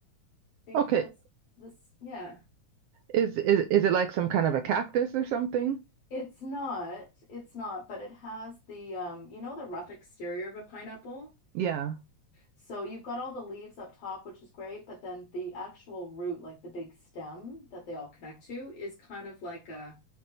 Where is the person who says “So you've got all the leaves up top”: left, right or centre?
Left